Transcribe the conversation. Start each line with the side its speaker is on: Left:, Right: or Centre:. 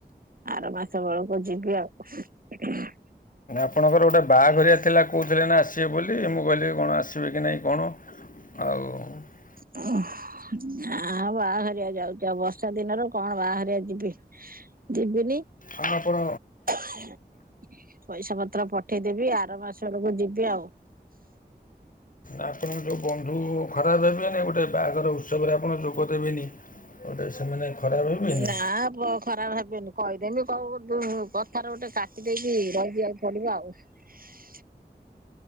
Right: ଆର ମାସ ବେଳକୁ ଯିବି ଆଉ।
Left: ଆପଣଙ୍କର ଗୋଟେ ବାହାଘରିଆ ଥିଲା କହୁଥିଲେ ନା ଆସିବେ ବୋଲି ମୁଁ କହିଲି କଣ ଆସିବେ କି ନାହିଁ କଣ। ଆଉ। ଆଉ
Right: <unintelligible> ଆଉ ବାହାଘରିଆ ଯାଉଛି ଆଉ ବର୍ଷା ଦିନରେ କଣ ବାହାଘରିଆ ଯିବି ଯିବିନି।
Left: ଆଉ ଆପଣ
Right: <unintelligible> ପଇସା ପତ୍ର ପଠେଇଦେବି ଆର ମାସ ବେଳକୁ ଯିବି ଆଉ।
Left: ଆପଣଙ୍କ ଯୋଉ ବନ୍ଧୁ ଖରାପ ଭାବିବେନି ଗୋଟେ ବାହାଘର ଉତ୍ସବରେ ଆପଣ ଯୋଗ ଦେବେନି ଗୋଟେ ସେମାନେ ଖରାପ ହେବେନି
Right: ନା ପ ଖରାପ ଭାବିବେନି କହିଦେମି କଉ କଥାରେ ଗୋଟେ କାଟି ଦେଇକି ରହିଯିବାକୁ ପଡିବ ଆଉ। <unintelligible>